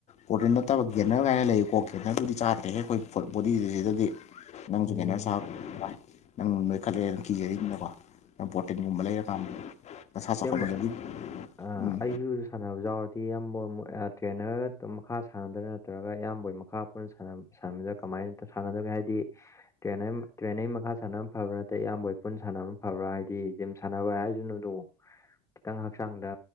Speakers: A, on the left; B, on the left.
A: ꯄ꯭ꯔꯣꯇꯤꯟ ꯅꯠꯇꯕ ꯒꯦꯅꯔ ꯒꯥꯏꯅ ꯂꯩꯀꯣ ꯒꯦꯅꯔꯗꯨꯗꯤ ꯆꯥꯗ꯭ꯔꯦꯍꯦ ꯑꯈꯣꯏ ꯕꯣꯗꯤ ꯖꯤꯗꯗꯤ꯫ ꯅꯪꯖꯨ
B: ꯎꯝ
A: ꯒꯦꯅꯔ <unintelligible> ꯅꯪ ꯅꯣꯏꯈꯠꯂꯦ ꯅ ꯀꯤꯅꯤꯅꯀꯣ ꯅꯪ ꯄꯣꯔꯇꯤꯟꯒꯨꯝꯕ ꯂꯩꯔꯀꯥꯟ ꯅꯁꯥ ꯆꯥꯎꯈꯠ
B: ꯏꯌꯥꯝꯕ
A: <unintelligible>
B: ꯑ,
A: ꯎꯝ
B: ꯑꯩꯁꯨ ꯁꯥꯟꯅꯕ ꯌꯥꯎꯔꯗꯤ ꯏꯌꯥꯝꯕ ꯃꯣ ꯑꯥ ꯇ꯭ꯔꯦꯅꯔ ꯃꯈꯥ ꯁꯥꯟꯅꯗꯣꯔ ꯅꯠꯇ꯭ꯔꯒ ꯑ ꯏꯌꯥꯝꯕꯣꯢ ꯃꯈꯥ ꯁꯥꯟꯅꯕꯗ ꯀꯃꯥꯏꯅ ꯁꯥꯟꯅꯗꯒꯦ ꯍꯥꯏꯗꯤ ꯇ꯭ꯔꯦꯟꯅꯔ ꯇ꯭ꯔꯦꯟꯅꯔ ꯃꯈꯥ ꯁꯥꯟꯅ ꯐꯕ꯭ꯔꯥ ꯅꯠꯇꯔ ꯏꯌꯥꯝꯕꯍꯣꯏ ꯄꯨꯟꯅ ꯁꯥꯟꯅꯕꯅ ꯐꯕ꯭ꯔꯥ ꯍꯥꯏꯗꯤ ꯖꯤꯝ ꯁꯥꯟꯅꯕ ꯍꯥꯏꯖꯇꯕꯨ ꯫ ꯈꯤꯇꯪ ꯍꯛꯆꯥꯡꯗ